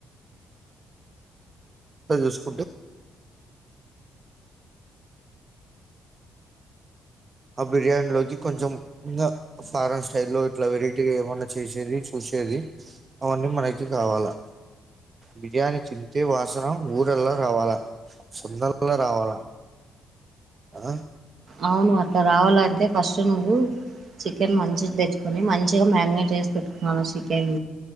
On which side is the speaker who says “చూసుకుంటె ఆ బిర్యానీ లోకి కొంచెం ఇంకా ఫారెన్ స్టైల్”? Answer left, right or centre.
Right